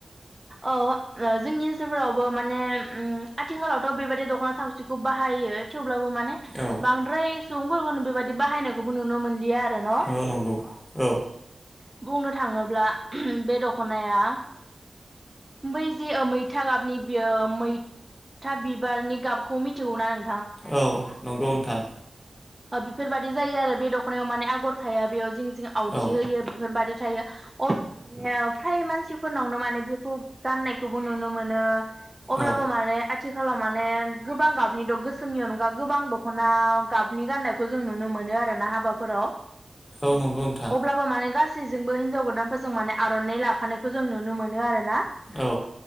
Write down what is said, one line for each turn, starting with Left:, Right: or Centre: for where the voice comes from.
Right: औ जोंनि ओनसोलफोरावबो माने आथिखालावथ' बेबायदि दख'ना थावसिखौ बाहायो थेव ब्लाबो माने
Left: औ
Right: बांद्राय सुबुंफोरखौनो बेबायदि बाहायनायखौबो नुनो मोनलिया र न <unintelligible>
Left: औ नंगौ औ
Right: बुंनो थांङोब्ला बे दख'नाया बै जे मैथा गाबनि मैथा बिबारनि गाबखौ मिथिगौना‌ नों
Left: औ नंगौ नोंथां
Right: बेफोरबाददि जायो आरो बे दख'नायाव माने आगर थाया बेयाव आवथि
Left: औ
Right: होयो बेफोरबायदि मान मानसि <unintelligible> फोरनावनो माने बेखौ गाननायखौबो नुनो मोनो अब्लाबो
Left: औ
Right: माने आथिखाल आथिखालाव माने गोबां गाबनि गोसोमनि अनगा गोबां दख'ना गाबनि गाननायखौ जों नुनो मोनो आरोना हाबाफोराव
Left: औ नंगौ नोंथां
Right: अब्लाबो माने गासैजों बो हिनजाव गोदानखोजों माने आर'नाइ लाफानाय खौ जों नुनो मोनो आरो ना
Left: औ